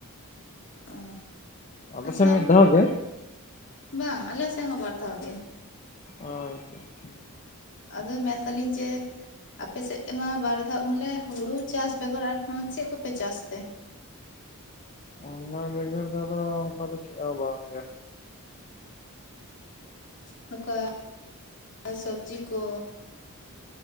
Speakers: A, on the left (about 55°); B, on the left (about 35°).
A: ᱚ,
B: ᱟᱯᱮ
A: ᱟᱪᱪᱷᱟ᱾
B: ᱥᱮᱫ ᱢᱤᱫ ᱫᱷᱟᱣ ᱜᱮ
A: ᱵᱟᱝ ᱟᱞᱮ ᱥᱮᱜ ᱦᱚᱸ ᱵᱟᱨ ᱫᱷᱟᱣ ᱜᱮ᱾
B: ᱚ ᱟᱪᱪᱷᱟ ᱟᱪᱪᱷᱟ᱾
A: ᱟᱫᱚ ᱢᱮᱱᱫᱟᱹᱞᱤᱧ ᱡᱮ ᱟᱯᱮᱥᱮᱜ ᱛᱮᱢᱟ ᱵᱟᱨ ᱫᱷᱟᱣ ᱵᱚᱞᱮ ᱦᱩᱲᱩ ᱪᱟᱥ ᱵᱮᱜᱚᱨ ᱟᱨᱦᱚᱸ ᱪᱮᱜ ᱠᱚᱯᱮ ᱪᱟᱥ ᱛᱮ?
B: ᱚᱱᱟ ᱵᱮᱜᱚᱨ ᱫᱚ ᱟᱫᱚ ᱚᱱᱠᱟ ᱫᱚ ᱪᱮᱫ ᱦᱚᱸ ᱵᱟᱝ ᱜᱮ᱾
A: ᱱᱚᱠᱟ ᱥᱚᱵᱽᱡᱤ ᱠᱚ?